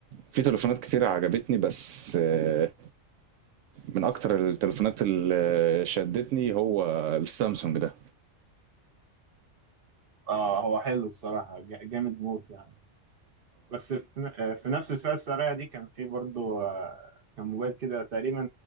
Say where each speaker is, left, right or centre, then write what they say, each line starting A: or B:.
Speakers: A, on the right (about 80°); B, on the right (about 50°).
A: في تليفونات كتير عجبتني بس آه، من اكتر التليفونات اللي شدتني هو السامسونج ده
B: اه هو حلو بصراحة جا- جامد موت يعني بس في, في نفس الفئة السعرية دي كان في برضو آه، كان موبايل كده تقريبا